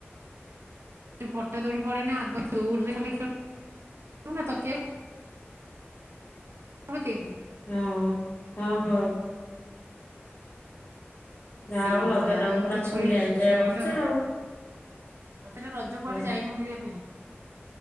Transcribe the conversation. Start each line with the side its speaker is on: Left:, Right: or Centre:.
Right: ପଟା ଦୌଡ଼ି ପଡେ ନା ଆଗଉରେ ଖାଲିେଳ ତକ ଓ କେହି କିି?
Left: ହଁ ହ ହୋ। ଯାହା
Right: ସେଇଠି
Left: ହଉ ରଜ
Right: ଥିଲା
Left: ଟାକୁ
Right: ମୁଁ
Left: ପୁରା
Right: ତ
Left: ଫୁଲ
Right: ଛୁଆ
Left: ଏଞ୍ଜୟ
Right: ଛୁଆ
Left: କରିଛ
Right: ତାପରେ
Left: ଆଉ।
Right: ତମେ ତ ରଜ କୁଆଡେ
Left: ହୁଁ
Right: ଯାଇନ ବୁଲିବା ପାଇଁ